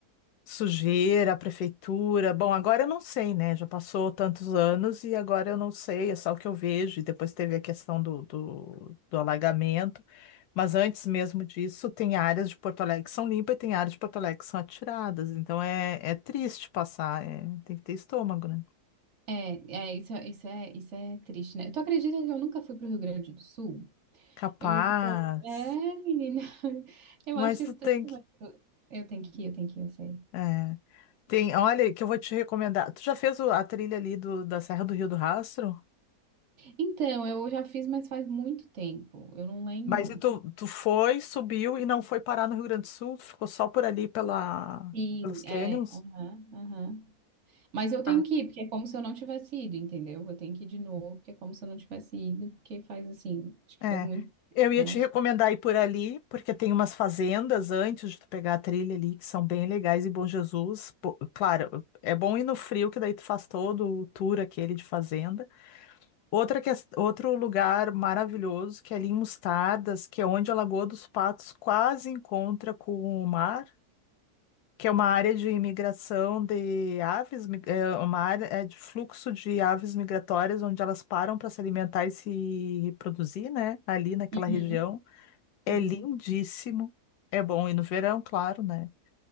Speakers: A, on the left; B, on the right.
A: Sujeira, prefeitura. Bom, agora eu não sei, né? Já passou tantos anos e agora eu não sei, é só o que eu vejo. E depois teve a questão do, do, do alagamento. Mas antes mesmo disso, tem áreas de Porto Alegre que são limpas e tem áreas de Porto Alegre que são atiradas. Então é, é triste passar, é, tem que ter estômago, né?
B: É, é, isso, é- isso é, isso é triste, né? Tu acredita que eu nunca fui pro Rio Grande do Sul?
A: Capaz.
B: Eu já fui pra... outro- É, menina, <laughs> eu
A: Mas
B: acho
A: tu
B: estranho,
A: tem que.
B: mas eu, eu tenho que ir, eu tenho que ir, eu sei.
A: É. Tem, olha, que eu vou te recomendar. Tu já fez o- a trilha ali do, da Serra do Rio do Rastro?
B: Então, eu já fiz, mas faz muito tempo, eu não lembro.
A: Mas e tu, tu foi, subiu e não foi parar no Rio Grande do Sul? Tu ficou só por ali pela,
B: Sim,
A: pelos canyons?
B: é. aham, aham. Mas eu tenho
A: Ah,
B: que ir, porque é como se eu não tivesse ido, entendeu? Eu tenho que ir de novo, porque é como se eu não tivesse ido, porque faz assim, acho que
A: é.
B: faz muito tempo,
A: Eu ia
B: eu
A: te
B: não sei.
A: recomendar ir por ali, porque tem umas fazendas antes de tu pegar a trilha ali, que são bem legais e Bom Jesus. pô, Claro, é bom ir no frio, que daí tu faz todo o tour aquele de fazenda. Outra ques- outro lugar maravilhoso, que é ali em Mostardas, que é onde a Lagoa dos Patos quase encontra com o mar. que é uma área de imigração de aves, mi- é uma área é de fluxo de aves migratórias, onde elas param para se alimentar e se reproduzir, né? Ali naquela
B: Uhum,
A: região. É
B: uhum.
A: lindíssimo. É bom ir no verão, claro, né?